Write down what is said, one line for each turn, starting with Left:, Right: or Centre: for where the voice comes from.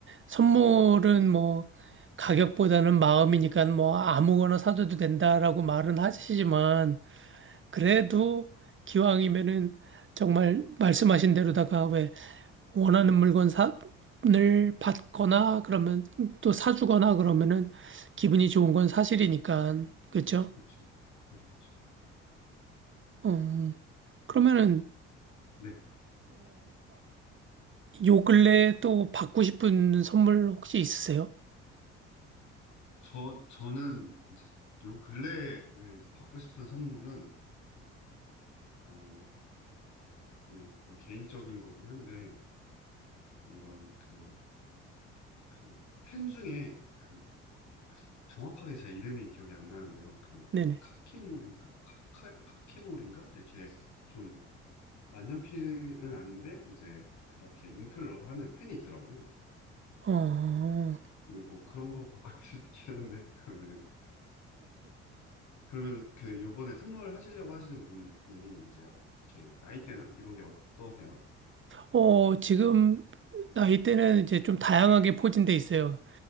Right: 선물은 뭐 가격보다는 마음이니까 뭐 아무거나 사줘도 된다라고 말은 하시지만 그래도 기왕이면은 정말 말씀하신 대로다가 왜 원하는 물건 사, 을 받거나 그러면 또 사주거나 그러면은 기분이 좋은 건 사실이니까. 그렇죠?
Left: 그쵸. 그렇죠.
Right: 어, 그러면은
Left: 네.
Right: 요 근래 또 받고 싶은 선물 혹시 있으세요?
Left: 저, 저는 이제 요 근래에 이제 받고 싶은 선물은, 어, 이게 좀 개인적인 거긴 한데, 이런 그, 그, 팬 중에 그, 정확하게 제 이름이 기억이 안 나는데요. 그,
Right: 네네.
Left: 카키몰인가? 카카, 카케몰인가? 이렇게 좀 만년필은 아닌데, 이제 그렇게 잉크를 넣어서 하는 펜이 있더라고요.
Right: 어,
Left: 그뭐 그런 거 받고 <laughs> 싶긴 한데, 그거는. 그러면 그 요번에 선물하시려고 하시는 분이 이제 어, 이렇게 나이대나 이런 게 어떠세요?
Right: 어, 지금 나이대는 이제 좀 다양하게 포진돼 있어요.